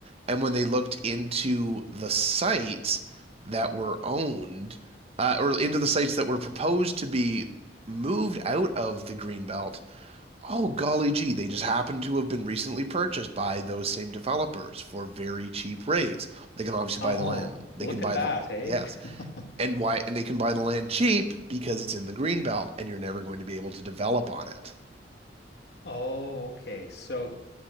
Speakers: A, on the right; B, on the left.
A: And when they looked into the sites that were owned, uh, or into the sites that were proposed to be moved out of the Greenbelt, oh, golly gee, they just happened to have been recently purchased by those same developers for very cheap rates. They can obviously
B: Oh,
A: buy the land, they
B: look
A: can buy
B: at that,
A: the,
B: hey?
A: yes.
B: <laughs>
A: And why, and they can buy the land cheap because it's in the Greenbelt and you're never going to be able to develop on it.
B: Oh, okay. So.